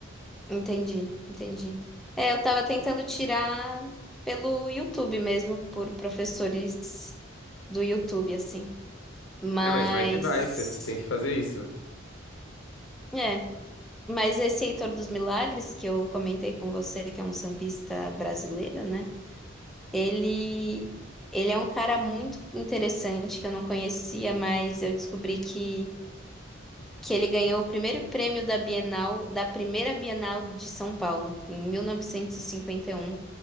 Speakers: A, in the centre; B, on the left.
A: Entendi, entendi. É, eu tava tentando tirar pelo YouTube mesmo, por professores do YouTube, assim. Mas,
B: Ah, mas vai que vai, você você tem que fazer isso.
A: é, mas esse Heitor dos Milagres, que eu comentei com você, que é um sambista brasileiro, né? Ele, ele é um cara muito interessante que eu não conhecia, mas eu descobri que, que ele ganhou o primeiro prêmio da Bienal, da primeira Bienal de São Paulo, em mil novecentos e e cinquenta e um